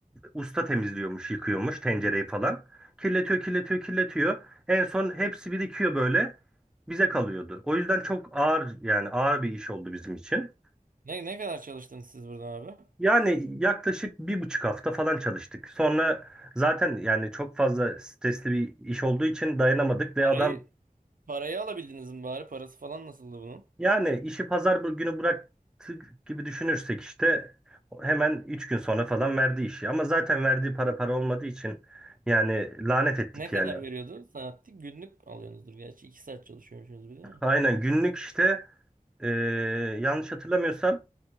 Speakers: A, in the centre; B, on the right.
A: Usta temizliyormuş, yıkıyormuş tencereyi falan. Kirletiyor, kirletiyor, kirletiyor. En son hepsi birikiyor böyle. Bize kalıyordu. O yüzden çok ağır yani ağır bir iş oldu bizim için.
B: Ne ne kadar çalıştınız siz buradan abi?
A: Yani yaklaşık bir buçuk hafta falan çalıştık. Sonra zaten yani çok fazla stresli bir iş olduğu için dayanamadık ve
B: Parayı
A: adam
B: parayı alabildiniz mi bari? Parası falan nasıldı bunun?
A: yani işi pazar bu- günü bıraktık gibi düşünürsek işte hemen üç gün sonra falan verdi işi. Ama zaten verdiği para para olmadığı için yani lanet ettik
B: Ne
A: yani.
B: kadar veriyordu? Saatlik günlük alıyorsunuzdur gerçi. 2 saat çalışıyormuşsunuz bir de. ya.
A: Aynen günlük işte e, yanlış hatırlamıyorsam